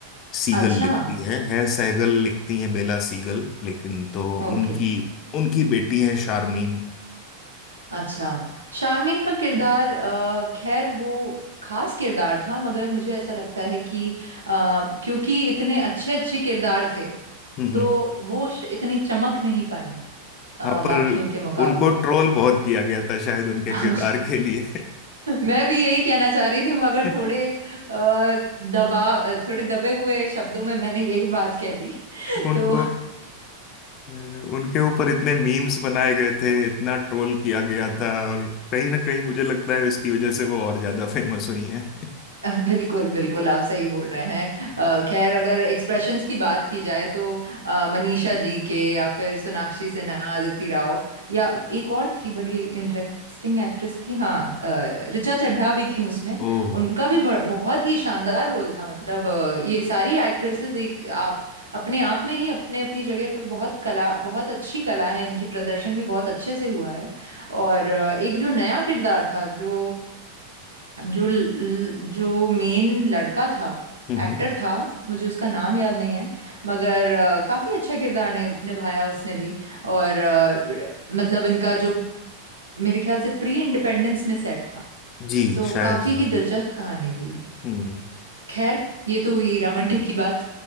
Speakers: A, on the left; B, on the right.
A: सीगल
B: अच्छा
A: लिखती है है सहगल लिखती हैं बेला सीगल लेकिन तो
B: ओके
A: उनकी उनकी बेटी है शारमीन
B: अच्छा शारमीन का किरदार अ, खैर वो खास किरदार था मगर मुझे ऐसा लगता है कि अ, क्योंकि इतने अच्छे अच्छे किरदार थे
A: हम्म हम्म।
B: तो वो श- इतनी चमक नहीं पाई अ,
A: हाँ
B: बाकियों
A: पर
B: के मुकाबले
A: उनको ट्रोल बहुत किया गया था शायद उनके
B: <laughs>
A: किरदार के लिए
B: मैं भी यही कहना चाह रही थी मगर
A: <laughs>
B: थोड़े अ, दबा अ, थोड़े दबे हुए शब्दों में मैंने यही बात कह दी <laughs>
A: उनको
B: तो
A: अ, उनके ऊपर इतने मीम्स बनाए गए थे इतना ट्रोल किया गया था और कहीं ना कहीं मुझे लगता है उसकी वजह से वो और ज्यादा फेमस हुई हैं
B: <laughs> बिल्कुल बिल्कुल आप सही बोल रहे हैं
A: <laughs>
B: अ, खैर अगर एक्सप्रेशंस की बात की जाए तो अ, मनीषा जी के या फिर सोनाक्षी सिन्हा अदिति राव या एक और थी बड़ी इंटरेस्टिंग एक्ट्रेस थी हाँ अ, ऋचा चड्ढा भी थी उसमें
A: ओह
B: उनका भी ब- बहुत ही शानदार रोल था मतलब अ, ये सारी एक्ट्रेसेस एक आप अपने आप में ही अपने अपनी जगह पे बहुत कला बहुत अच्छी कला है इनकी प्रदर्शन भी बहुत अच्छे से हुआ है और अ, एक जो नया किरदार था जो जो ल- ल- जो मेन लड़का था
A: हम्म
B: एक्टर
A: हम्म।
B: था मुझे उसका नाम याद नहीं है मगर अ, काफी अच्छा किरदार नि, निभाया उसने भी और अ, मतलब इनका जो मेरे ख्याल से प्री इंडिपेंडेंस में सेट था
A: जी
B: तो
A: शायद
B: काफी
A: हाँ
B: ही दिलचस्प कहानी थी ये।
A: हम्म
B: खैर ये तो हुई हीरा मंडी की बात